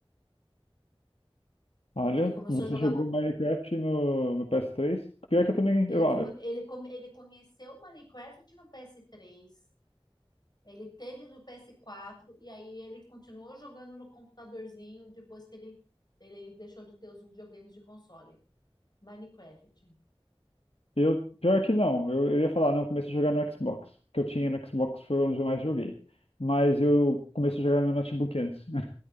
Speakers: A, on the left; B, on the left.
A: Olha,
B: ele começou
A: você
B: a jogar,
A: jogou
B: Ma-
A: Minecraft no, no PS3? Pior que eu também.
B: ele,
A: Eu,
B: come, ele, come, ele conheceu Minecraft no ps três Ele teve do PS4 e aí ele continuou jogando no computadorzinho depois que ele, ele deixou de ter os videogames de console. Minecraft.
A: eu- pior que não, eu, eu ia falar, não, eu comecei a jogar no Xbox, porque eu tinha no Xbox, foi onde eu mais joguei. Mas eu comecei a jogar no notebook antes.